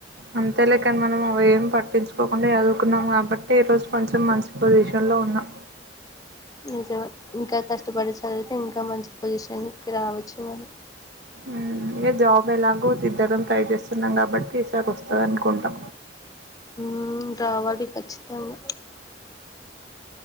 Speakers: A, on the right; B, on the left.
A: అంతేలేకని మనం అ ఏం పట్టించుకోకుండా చదువుకున్నాం కాబట్టి ఈరోజు కొంచెం మంచి పొజిషన్లో ఉన్నాం
B: నిజం ఇంకా కష్టపడి చదివితే ఇంకా మంచి పొజిషన్కి రావచ్చు మని
A: మ్మ్ ఇక జాబ్ ఎలాగ ఇద్దరం ట్రై చేస్తున్నాం కాబట్టి ఈసారి వస్తుంది అనుకుంటా
B: మ్మ్ రావాలి కచ్చితంగా